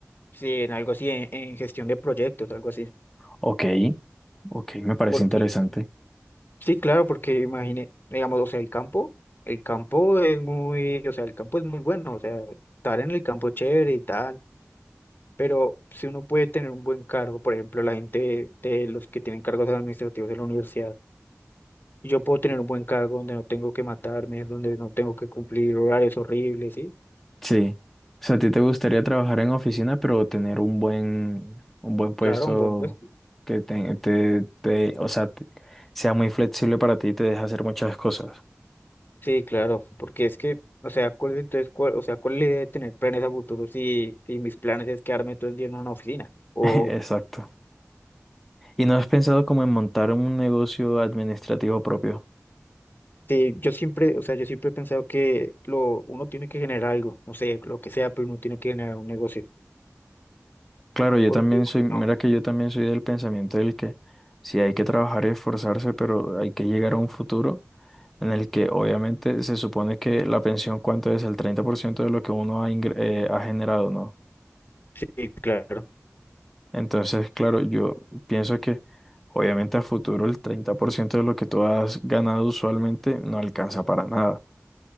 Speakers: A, on the left; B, in the centre.
A: sí, en algo así, en en gestión de proyectos, algo así.
B: Ok, ok, me parece
A: Porque
B: interesante.
A: Sí, claro, porque imagine, digamos, o sea, el campo, el campo es muy, o sea, el campo es muy bueno, o sea, estar en el campo es chévere y tal, pero si uno puede tener un buen cargo, por ejemplo, la gente de los que tienen cargos administrativos de la universidad, y yo puedo tener un buen cargo donde no tengo que matarme, donde no tengo que cumplir horarios horribles, ¿sí?
B: Sí. O sea, a ti te gustaría trabajar en oficina, pero tener un buen, un buen puesto
A: Claro, un buen puesto.
B: que te, te, te- o sea, te- sea muy flexible para ti y te deje hacer muchas cosas.
A: Sí, claro, porque es que, o sea, ¿cuál, entonces, cuál, o sea, ¿cuál es la idea de tener planes a futuro si, si mis planes es quedarme todo el día en una oficina? O
B: <laughs> Exacto. ¿Y no has pensado como en montar un negocio administrativo propio?
A: Sí, yo siempre, o sea, yo siempre he pensado que lo, uno tiene que generar algo, no sé, lo que sea, pero uno tiene que generar un negocio.
B: Claro, yo
A: Porque,
B: también soy, mira
A: no,
B: que yo también soy del pensamiento del que sí hay que trabajar y esforzarse, pero hay que llegar a un futuro en el que obviamente se supone que la pensión cuánto es el 30% de lo que uno ha, ingre- eh, ha generado, ¿no?
A: sí, claro,
B: Entonces, claro, yo pienso que obviamente a futuro el 30% de lo que tú has ganado usualmente no alcanza para nada.